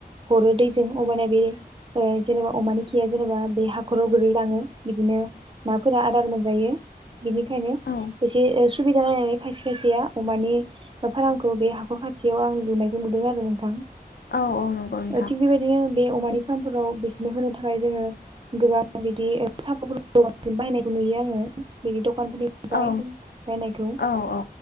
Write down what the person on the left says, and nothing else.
औ
औ औ नंगौ नोंथां
औ
औ औ